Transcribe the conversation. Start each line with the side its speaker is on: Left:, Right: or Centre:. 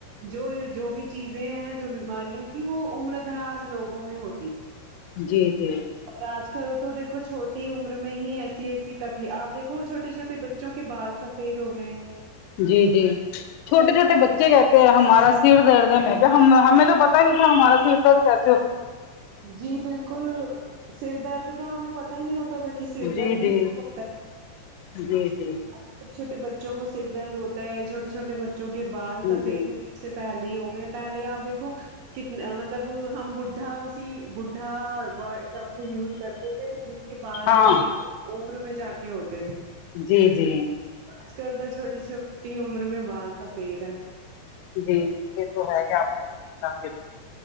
Right: جو جو بھی چیزیں ہیں جو بیماریاں تھیں وہ عمر دراز لوگوں میں ہوتی تھی
Left: جی جی
Right: اور آج کل تو دھو چھوٹی عمر میں ہی ایسی ایسی تکلیف آپ دیکو چھوٹے چھوٹے بچے جو کہ بال سفید ہو گئے ہیں
Left: جی جی
Right: تو
Left: چھوٹے
Right: پہلے
Left: چھوٹے بچے گئے ہمارا سر درد ہے میں کیا ہمیں تو پتاہ نہیں تھا ہمارا سر درد کیسا
Right: جی بالکل سر درد کا ہمیں پت ہی نہیں ہوتا تھا کہ سر
Left: جی
Right: درد
Left: جی
Right: بھی <inaudible> <unintelligible>
Left: جی جی
Right: چھوٹے چھوٹے بچوں کو سر درد ہوتا ہےھوٹے چھوٹے بچوں کے بال سفید
Left: جی
Right: سے پہلے ہی ہو گئے ہیں پہلے آپ دیکھو کتنا مطلب ہم بھا اس بھا شبد یوز کرتے تھے جس کے بال
Left: ہاں
Right: سفید عمر میں جا کے ہوتے تھے
Left: جی جی
Right: آج کل تو چھوٹی چھوٹی عمر میں بال سفید ہے
Left: جی جی یہ تو ہے یہ آپ نے صحیح کہا یہ تو